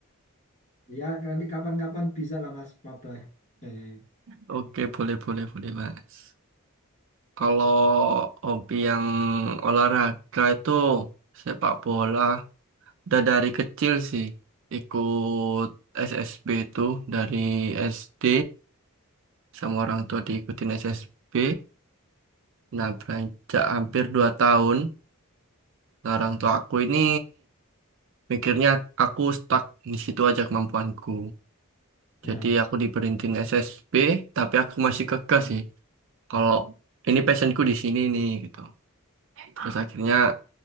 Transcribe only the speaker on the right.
Oke, boleh, boleh, boleh, Mas. Kalau hobi yang olahraga itu sepak bola. Udah dari kecil sih ikut SSB itu dari SD sama orang tua diikutin SSB. Nah, beranjak hampir 2 tahun, nah, orang tua aku ini mikirnya aku stuck di situ aja kemampuanku.
Jadi aku diberhentiin SSB, tapi aku masih kekeh sih. kalau ini passionku di sini nih gitu. Terus akhirnya